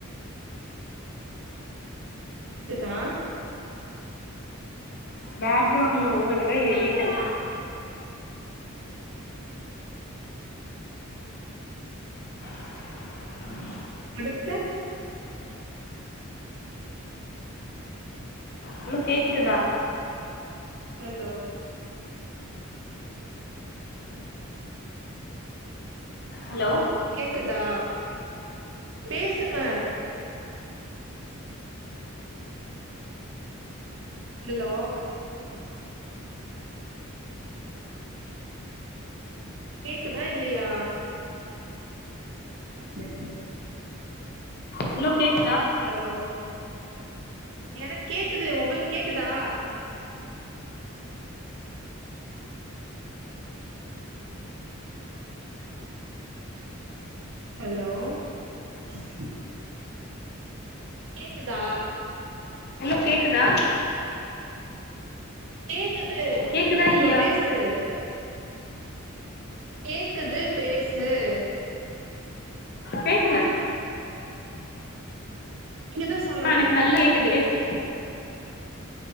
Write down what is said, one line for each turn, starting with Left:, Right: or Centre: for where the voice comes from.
Right: கேக்குதா
Left: பேக்கிரவுண்ட்ல ஓடுற எலிக்கல் <inaudible>
Right: ச் அடுத்து
Left: ஹலோ கேக்குதா
Right: ஹல்லோ
Left: ஹலோ
Right: கேக்குதா பேசுங்க ஹலோ கேக்குதா இல்லயா ஆஹா போசு ஒகே
Left: ஹலோ கேக்
Right: ஹலோ எனக்கு கேக்குது உங்களுக்கு கேக்குதா ஹலோ <inaudible> கேக்குதா
Left: ஹாலோ கேக்குதா
Right: கே இருக்குது
Left: கேக்குதா
Right: சு
Left: இல்லையா
Right: பேசு கே இருக்குது பேசு <inaudible>
Left: பேசல
Right: நீங்கதான் சொல்லணும்
Left: எனக்கு நல்லா கேக்குது பேசு